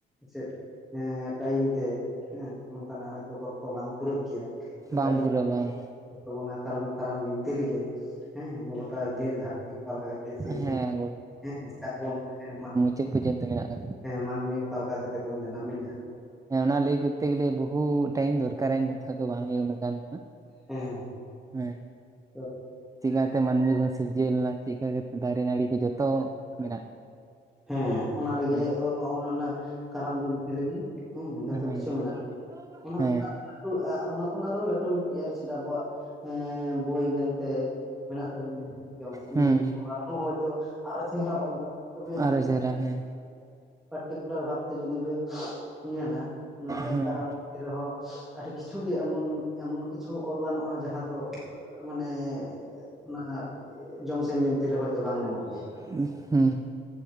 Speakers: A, in the centre; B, on the right.
A: ᱪᱮᱫ <unintelligible> ᱴᱟᱭᱤᱢ ᱛᱮ ᱦᱮᱸ ᱱᱚᱝᱠᱟᱱᱟᱜ ᱦᱚᱭᱛᱳ ᱜᱚᱞᱯᱚ ᱵᱟᱝ ᱯᱩᱨᱟᱹᱜ ᱜᱮᱭᱟ ᱛᱚᱵᱮ
B: ᱵᱟᱝ
A: ᱟᱹᱰᱤ
B: ᱯᱩᱨᱟᱹ ᱵᱟᱝ
A: ᱛᱟᱵᱚᱱᱟ ᱠᱟᱨᱚᱱ ᱠᱟᱨᱟᱢ ᱵᱤᱱᱛᱤ ᱨᱮᱜᱮ ᱦᱮᱸ ᱜᱚ ᱴᱟ ᱜᱮ ᱫᱷᱟᱹᱨᱛᱤ ᱚᱠᱟᱞᱮᱠᱟ ᱠᱟᱛᱮ ᱥᱤᱨᱡᱚᱱ
B: ᱦᱮᱸ
A: ᱦᱮᱸ <unintelligible> ᱮᱢᱟᱜ
B: ᱪᱮᱜ ᱯᱩᱡᱟᱹ ᱱᱤᱛᱳᱜ ᱢᱮᱱᱟᱜ ᱠᱟᱫᱟ?
A: ᱢᱟᱱᱢᱤ ᱚᱠᱟ ᱞᱮᱠᱟ ᱠᱟᱛᱮᱜ ᱵᱚᱱ ᱡᱟᱱᱟᱢᱮᱱᱟ
B: ᱦᱮᱸ ᱚᱱᱟ ᱞᱟᱹᱭ ᱠᱚᱛᱛᱮ ᱜᱮᱞᱮ ᱵᱚᱦᱩ ᱴᱟᱭᱤᱢ ᱫᱚᱨᱠᱟᱨᱟᱧ ᱱᱤᱛᱚᱜ ᱫᱚ ᱵᱟᱝ ᱦᱩᱭᱩᱜᱼᱟ ᱩᱱᱟᱹᱜ ᱫᱚ ᱱᱟᱜ
A: ᱦᱮᱸ
B: ᱦᱮᱸ
A: ᱦᱮᱸ
B: ᱪᱤᱠᱟᱛᱮ ᱢᱟᱹᱱᱢᱤ ᱠᱚ ᱥᱤᱨᱡᱟᱹᱣ ᱞᱮᱱᱟ, ᱪᱮᱜᱠᱟ ᱠᱟᱛᱮ ᱫᱟᱨᱮ ᱱᱟᱹᱲᱤ ᱠᱚ ᱡᱚᱛᱚ ᱢᱮᱱᱟᱜ
A: ᱦᱮᱸ ᱚᱱᱟ ᱨᱮᱜᱮ
B: ᱦᱮᱸ
A: ᱚ ᱚᱱ ᱚᱱᱟ ᱠᱟᱨᱟᱢ ᱵᱤᱱᱛᱤ ᱨᱤᱜᱮ ᱦᱩᱸ ᱡᱚᱛᱚ
B: ᱦᱮᱸ
A: ᱠᱤᱪᱷᱩ ᱢᱮᱱᱟᱜ ᱚᱱᱟ
B: ᱦᱮᱸ
A: ᱠᱚ <unintelligible> <unintelligible> ᱟ ᱚᱱᱟ ᱠᱷᱚᱱ ᱟᱨᱚ ᱞᱟᱹᱴᱩ ᱢᱤᱜᱴᱤᱡ ᱟᱨ ᱪᱮᱫ ᱟᱵᱚᱣᱟᱜ ᱮᱸ ᱵᱳᱭ ᱢᱮᱱᱛᱮ ᱢᱮᱱᱟᱜ ᱛᱟᱵᱚᱱᱟ ᱡᱚᱢᱥᱤᱢ
B: ᱦᱩᱸ
A: ᱵᱤᱱᱛᱤ ᱚᱱᱟ ᱨᱮᱦᱚᱸ ᱦᱳᱭᱛᱚ ᱟᱨᱚ ᱪᱮᱦᱨᱟ ᱚᱞ ᱛᱚᱵᱮ
B: ᱟᱨᱚ ᱪᱮᱦᱨᱟ ᱦᱮᱸ
A: <unintelligible> ᱛᱮ ᱡᱩᱫᱤ ᱵᱮ ᱧᱮᱞᱟ <unintelligible>
B: ᱦᱮᱸ
A: ᱠᱟᱨᱟᱢ ᱨᱮᱦᱚᱸ ᱟᱹᱰᱤ ᱠᱤᱪᱷᱩ ᱜᱮ ᱮᱢᱚᱱ ᱮᱢᱚᱱ ᱠᱤᱪᱷᱩ ᱚᱞ ᱜᱟᱱᱚᱜᱼᱟ ᱡᱟᱦᱟᱸ ᱫᱚ ᱢᱟᱱᱮ ᱚᱱᱟ ᱡᱚᱢᱥᱤᱢ ᱵᱤᱱᱛᱤᱨ ᱨᱮ ᱦᱚᱭᱛᱳ ᱵᱟᱝ ᱧᱟᱢᱚᱜ ᱜᱮᱭᱟ᱾
B: ᱦᱩᱸ